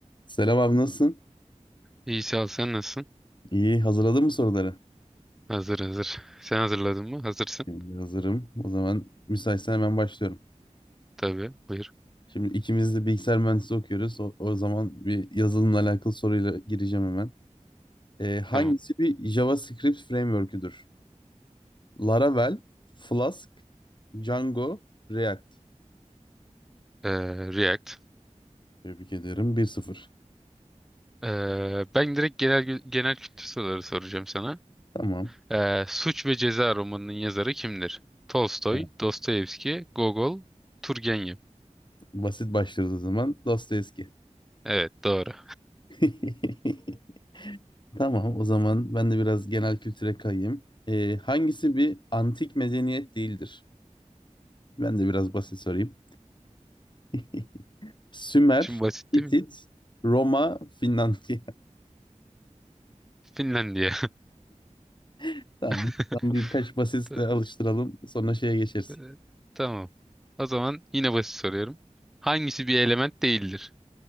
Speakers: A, on the left; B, in the centre.
A: Selam abi nasılsın?
B: İyi sağ ol. Sen nasılsın?
A: İyi, hazırladın mı soruları?
B: Hazır hazır. Sen hazırladın mı? Hazırsın.
A: Şimdi hazırım. O zaman müsaitsen hemen başlıyorum.
B: Tabii. Buyur.
A: Şimdi ikimiz de bilgisayar mühendisliği okuyoruz. O, o zaman bir yazılımla alakalı soruyla gireceğim hemen. Ee, hangisi
B: Tamam.
A: bir JavaScript framework'üdür? Laravel, Flask, Django, React.
B: Ee, React.
A: Tebrik ederim. Bir sıfır.
B: Ee, ben direkt genel genel kültür soruları soracağım sana.
A: Tamam.
B: Ee, Suç ve Ceza romanının yazarı kimdir? Tolstoy,
A: Evet,
B: Dostoyevski, Gogol, Turgenev.
A: Basit başlıyoruz o zaman. Dostoyevski.
B: Evet, doğru.
A: <laughs> Tamam, o zaman ben de biraz genel kültüre kayayım. Ee, hangisi bir antik medeniyet değildir? Ben de biraz basit sorayım. <laughs> Sümer,
B: Şimdi basit
A: Hitit,
B: değil mi?
A: Roma, Finlandiya.
B: Finlandiya.
A: <laughs> Tamam.
B: <laughs>
A: Tamam, birkaç basitle
B: Ta-
A: alıştıralım. Sonra şeye geçeriz.
B: e, Tamam. O zaman yine basit soruyorum. Hangisi bir element değildir?